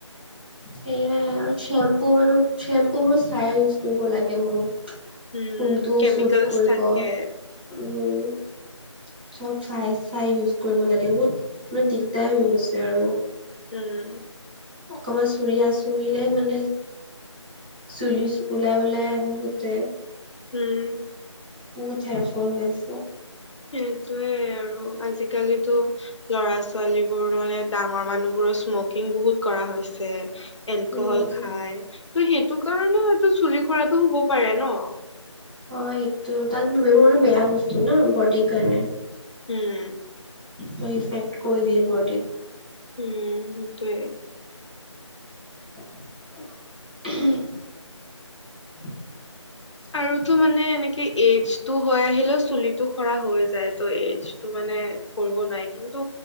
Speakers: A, on the right; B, on the left.
A: সেয়াই আৰু চেম্পু মানো চে ম্পু বোৰ চাই ইউজ কৰিব লাগে মোক কোনটো
B: উম, কেমিকেলছ
A: চুট কৰিব
B: থাকে
A: উম চব চাই চাই ইউজ কৰিব লাগে বহুত ইমান দিগদাৰ হৈ গৈছে আৰু
B: উম,
A: অকমান চুলি আচুৰিলে মানে চুলিচ উলাই উলাই আহে গোতে
B: উম
A: বহুত হেয়াৰফল হৈ আছে
B: সেইটোৱে আৰু আজিকালিতো লৰা ছোৱালী বোৰ নহলে ডাঙৰ মানুহবোৰ স্মকিং বহুত কৰা হৈছে এলকহল
A: উম
B: খাই ত' সেইটো কাৰণে হয়তো চুলি সৰাটো হ'ব পাৰে ন।
A: অ এইটো তাৰ এইবোৰ মানে বেয়া বস্তু ন বডিৰ কাৰণে
B: উম।
A: ত ইফেক্ট কৰি দিয়ে বডীত।
B: উম সেইটোৱে।
A: <inaudible>
B: আৰুতো মানে এনেকে এইজটো হয় আহিলেও চুলি সৰা হৈ যায় ত' এইজটো মানে কৰিব নোৱাই কিন্তু